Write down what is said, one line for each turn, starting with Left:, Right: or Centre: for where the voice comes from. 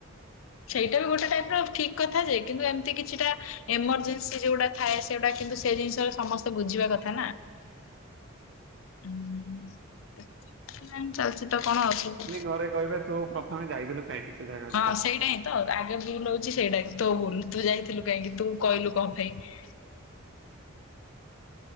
Left: ସେଇଟାବି ଗୋଟେ ଟାଇପର ଠିକ୍ କଥାଯେ କିନ୍ତୁ ଏମିତି କିଛିଟା ଏମରଜେନ୍ସି ଯୋଉଟା ଥାଏ ସେଗୁଟା କିନ୍ତୁ ସେଜିନିଷ ସମସ୍ତେ ବୁଝିବା କଥାନା। ହୁଁ ଚାଲିଚତ କଣ ଅଛ <unintelligible>
Right: ପରେ କହିବେ ତୁ ପ୍ରଥମେ ଯାଇଥିଲୁ କାହିଁକି। ସେ ଜାଗାକୁ
Left: ହଁ
Right: କହ।
Left: ସେଇଟାହିଁତ ଆଗେ ଭୁଲ୍ ହଉଚି ସେଇଟା ତୋଭୁଲ୍ ତୁ ଳଯାଇଥିଲୁ କାହିଁକି ତୁକହିଲୁ କଁପାଇଁ।